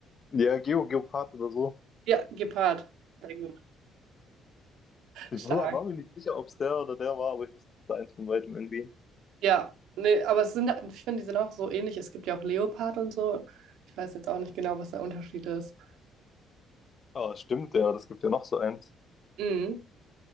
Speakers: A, on the left; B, on the right.
A: Ja, Geo, Geopard oder so.
B: Ja, Gepard. Sehr gut.
A: Ich
B: Stark.
A: war war mir nicht sicher, ob es der oder der war, aber ich wusste eins von weitem irgendwie.
B: Ja, nee, aber es sind, ich finde, die sind auch so ähnlich. Es gibt ja auch Leopard und so. Ich weiß jetzt auch nicht genau, was der Unterschied ist.
A: Ah, stimmt, ja, das gibt ja noch so eins.
B: Mhm.